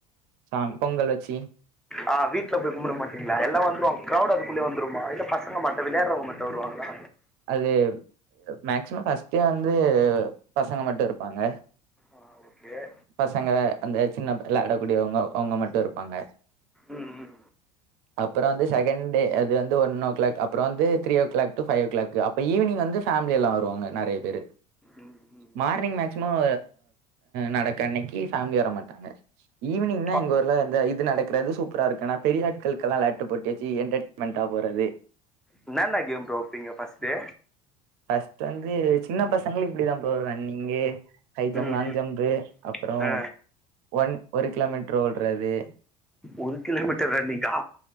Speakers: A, on the right; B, in the centre.
A: சாம் பொங்கல் வச்சி
B: ஆ வீட்டுல போய் கும்பிட மாட்டீங்களா எல்லா வந்துருவாங்க கிரவுட் அதுக்குள்ளே வந்துரும இல்ல பசங்க மாட் விளையாறவங்க மட்டு வருவாங்களா
A: அது மேக்சிமம் ஃபர்ஸ்டே வந்து பசங்க மட்டு இருப்பாங்க
B: ஆ ஓகே
A: பசங்க அந்த சின்ன விளையாடக் கூடியவங்க அவங்க மட்டு இருப்பாங்க
B: ம் ம்
A: அப்பற வந்து செகண்ட் டே அது வந்து ஒன் ஓ கிளாக் அப்பற வந்து three o'clock to five o'clock இப்ப ஈவினிங் வந்து ஃபேமிலி எல்லா வருவாங்க நெறைய பேரு
B: ம் ம்
A: மார்னிங் மேக்சிமம் நடக்க அன்னைக்கு ஃபேமிலி வர மாட்டாங்க ஈவினிங்னா
B: ப
A: எங்க ஊர்ல இந்த நடக்கிறது சூப்பராருக்கு ஆன பெரிய ஆட்களுக்குல்லா விலாட்டு போட்டி வச்சு என்டர்டெயின்மென்ட் ஆ போறது
B: என்னென்ன கேம் ப்ரோ வைப்பீங்க ஃபர்ஸ்ட் டே
A: ஃபர்ஸ்ட் வந்து சின்ன பசங்களுக்கு இப்டிதா ப்ரோ ரன்னிங்கு ஹை ஜம்ப்
B: ம்
A: லாங்
B: ம்
A: ஜம்ப்பு அப்றோ
B: ஆ
A: ஒன் ஒரு கிலோமீட்ரு ஓட்றது
B: ஒன் கிலோமீட்டர் ரன்னிங்கா